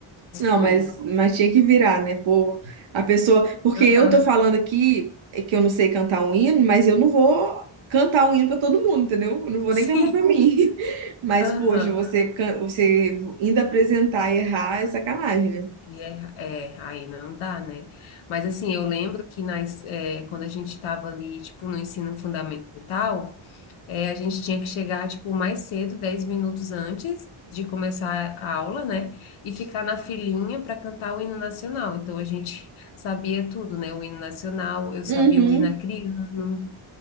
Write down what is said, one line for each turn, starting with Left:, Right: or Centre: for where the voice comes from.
Left: Mas
Right: Não,
Left: foi.
Right: mas, mas tinha que virar, né? Pô, a pessoa. Porque
Left: Aham,
Right: eu tô falando aqui é que eu não sei cantar um hino, mas eu não vou cantar um hino pra todo mundo, entendeu? Eu não vou
Left: <laughs>
Right: nem
Left: sim.
Right: cantar pra mim. <laughs> Mas,
Left: Aham.
Right: poxa, você, can- você ainda apresentar e errar é sacanagem, né?
Left: E é, é, aí não dá, né? Mas assim, eu lembro que nas, é, quando a gente estava ali, tipo, no ensino fundamental. É, a gente tinha que chegar, tipo, mais cedo, 10 minutos antes de começar a aula, né? E ficar na filinha para cantar o hino nacional. Então, a gente <laughs> sabia tudo, né? O hino nacional, eu sabia
Right: Uhum,
Left: o hino acriano,